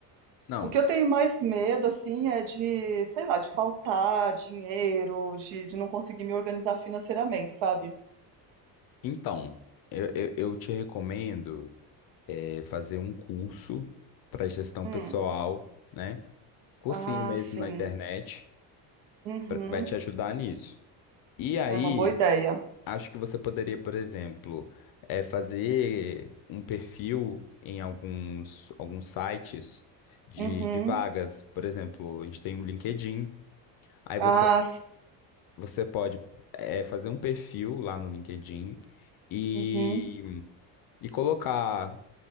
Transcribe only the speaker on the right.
O que
eu tenho mais medo, assim, é de, sei lá, de faltar dinheiro, de, de não conseguir me organizar financeiramente, sabe?
Hum.
Ah,
sim.
Uhum.
É uma boa ideia.
Uhum.
Ah,
sim.
Uhum.